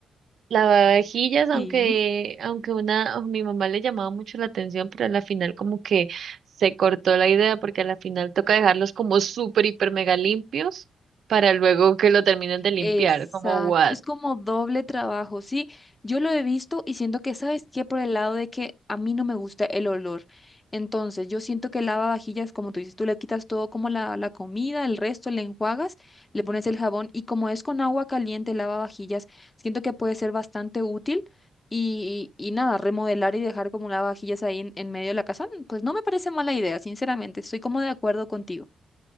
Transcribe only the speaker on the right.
Lavavajillas, aunque,
aunque una, a mi mamá le llamaba mucho la atención, pero a la final como que se cortó la idea porque a la final toca dejarlos como súper, hiper, mega limpios para luego que lo terminen de limpiar,
como what.